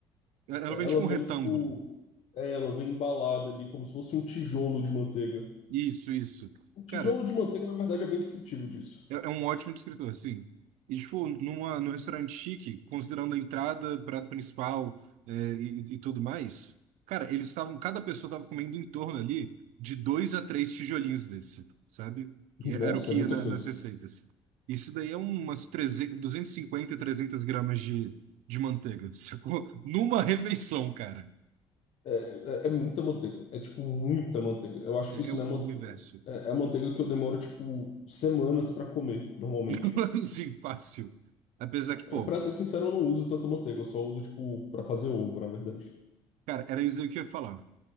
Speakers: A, on the right; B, on the left.
A: é, Ela
B: é,
A: vem
B: Ela
A: tipo
B: vem,
A: um retângulo.
B: tipo. É, ela vem embalada ali, como se fosse um tijolo de manteiga.
A: Isso, isso.
B: O tijolo
A: Cara,
B: de manteiga, na verdade, é bem descritivo disso.
A: É é um ótimo descritor, assim. E, tipo, numa, num restaurante chique, considerando a entrada, prato principal, é, e, e tudo mais, cara, eles estavam, cada pessoa estava comendo em torno ali de dois a três tijolinhos desse, sabe? E é,
B: Nossa,
A: era o que
B: é muita
A: ia na-
B: coisa.
A: nas receitas. Isso daí é umas 300, 250, 300 gramas de, de manteiga, <laughs> sacou? Numa refeição, cara.
B: É, é- é muita manteiga. É, tipo, muita manteiga. Eu acho
A: É,
B: que isso
A: é, o
B: não é, man...
A: é o universo.
B: é, é manteiga que eu demoro, tipo, semanas pra comer, normalmente.
A: <laughs> Assim, fácil. Apesar que, pô,
B: É, pra ser sincero, eu não uso tanta manteiga. Eu só uso, tipo, pra fazer ovo, na verdade.
A: cara, era isso aí que eu ia falar.